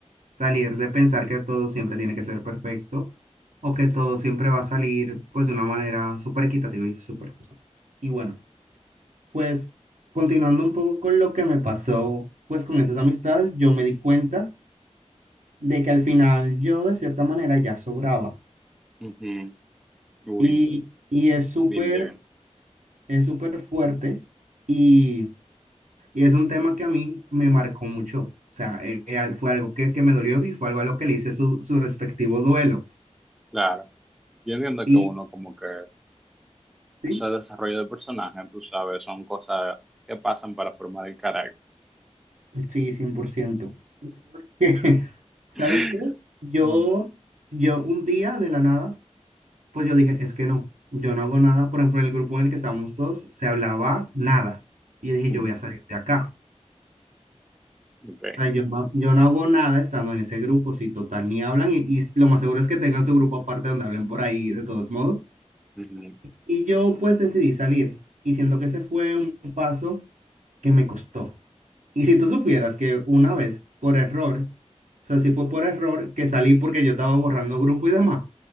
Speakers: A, on the right; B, in the centre.
A: salir de pensar que todo siempre tiene que ser perfecto o que todo siempre va a salir pues de una manera súper equitativa y súper justa. Y bueno, pues continuando un poco con lo que me pasó pues con esas amistades, yo me di cuenta de que al final yo de cierta manera ya sobraba.
B: Ujú. Uy,
A: Y, y es súper
B: been there.
A: es súper fuerte y, y es un tema que a mí me marcó mucho. O sea, eh, eh, al- fue algo que, que me dolió y fue algo a lo que le hice su, su respectivo duelo.
B: Claro. Yo entiendo
A: Y
B: que uno como que
A: sí,
B: ese desarrollo de personaje, tú sabes, son cosas que pasan para formar el carácter.
A: sí, 100%. <laughs> Que, ¿Sabes qué? <laughs> ¿Sabes
B: <laughs>
A: qué? Yo,
B: Ujú.
A: yo un día de la nada, pues yo dije, es que no, yo no hago nada. Por ejemplo, en el grupo en el que estábamos todos, se hablaba nada. Y yo dije,
B: Ujú.
A: yo voy a salir de acá.
B: Ok.
A: Ay, yo no, yo no hago nada estando en ese grupo, si total ni hablan, y, y lo más seguro es que tengan su grupo aparte donde hablen por ahí de todos modos.
B: Ujú.
A: Y yo pues decidí salir, y siento que ese fue un paso que me costó. Y si tú supieras que una vez, por error, o sea, si fue por error que salí porque yo estaba borrando grupo y demás,